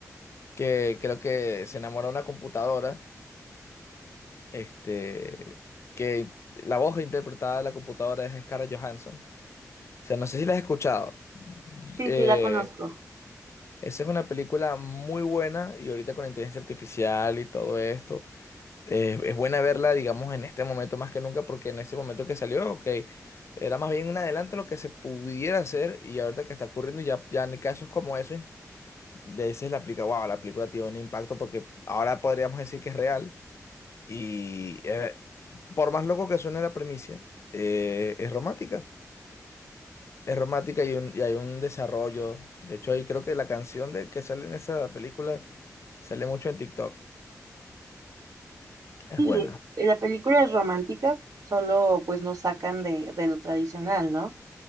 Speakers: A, on the left (about 50°); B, on the right (about 75°).
A: que creo que se enamora de una computadora este, que la voz interpretada de la computadora es Scarlett Johansson. O sea, no sé si la has escuchado.
B: Sí,
A: Eh,
B: sí, la conozco.
A: esa es una película muy buena y ahorita con la inteligencia artificial y todo esto, eh, es buena verla, digamos, en este momento más que nunca porque en ese momento que salió, ok, era más bien un adelanto a lo que se pudiera hacer y ahorita que está ocurriendo ya, ya en casos como esos, le dices la película, wow, la película tiene un impacto porque ahora podríamos decir que es real y eh, por más loco que suene la premisa, eh, es romántica. Es romántica y, un- y hay un desarrollo. De hecho, ahí creo que la canción de que sale en esa película sale mucho en TikTok. Es
B: Sí,
A: buena.
B: eh, la película es romántica, solo pues nos sacan de, de lo tradicional, ¿no?